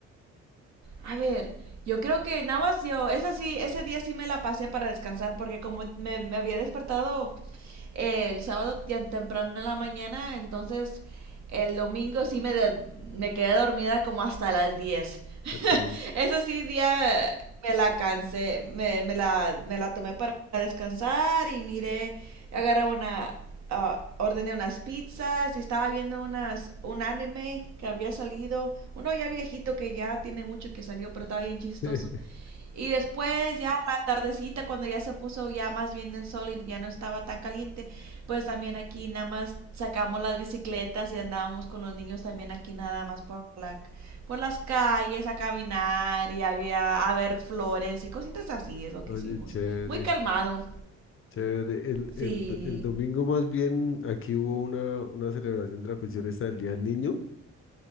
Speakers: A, on the right (about 65°); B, on the left (about 45°).
A: A ver, yo creo que nada más yo, esa sí, ese día sí me la pasé para descansar porque como me, me había despertado el sábado tan temprano en la mañana, entonces el domingo sí me, de- me quedé dormida como hasta las 10.
B: El break.
A: Ese sí día me la cansé, me, me la, me la tomé para descansar y miré, agarré una, ah, ordené unas pizzas y estaba viendo unas, un anime que había salido, uno ya viejito que ya tiene mucho que salió, pero estaba bien chistoso.
B: <laughs>
A: Y después ya la tardecita cuando ya se puso ya más bien el sol y ya no estaba tan caliente, pues también aquí nada más sacamos las bicicletas y andábamos con los niños también aquí nada más por la por las calles a caminar y había a ver flores y cositas así es lo que
B: Oye,
A: hicimos.
B: chévere,
A: Muy calmado.
B: chévere. El,
A: Sí.
B: el, el domingo más bien aquí hubo una, una celebración de la cuestión esta del Día del Niño,